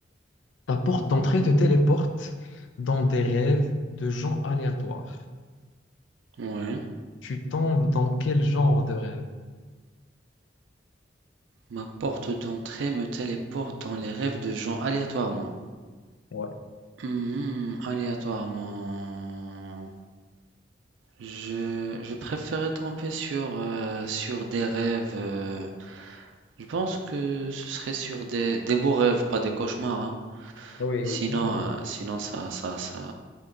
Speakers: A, on the left; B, on the right.
A: Ta porte d'entrée te téléporte dans des rêves de gens aléatoires.
B: ouais.
A: Tu tombes dans quel genre de rêve?
B: Ma porte d'entrée me téléporte dans les rêves de gens aléatoirement.
A: Ouais.
B: Mhm, aléatoirement, je, je préférais tomber sur, euh, sur des rêves. euh, je pense que ce serait sur des, des beaux rêves, pas des cauchemars, hein.
A: Oui,
B: Sinon,
A: oui, normalement.
B: euh, sinon ça, ça, ça,